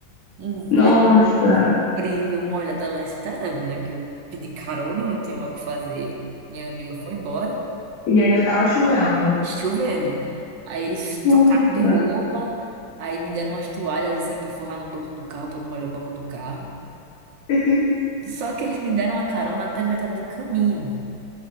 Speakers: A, on the right (about 70°); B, on the left (about 60°).
A: Um
B: Nossa.
A: vento, um frio, eu molhada lá esperando, né? Que eu pedi carona, não tinha mais o que fazer. Minha amiga foi embora
B: E ainda tava chovendo.
A: chovendo. Aí eles
B: Nossa.
A: trocaram de roupa, aí me deram umas toalhas assim pra forrar no banco do carro, para não molhar o banco do carro.
B: <laughs>
A: Só que eles me deram uma carona até a metade do caminho.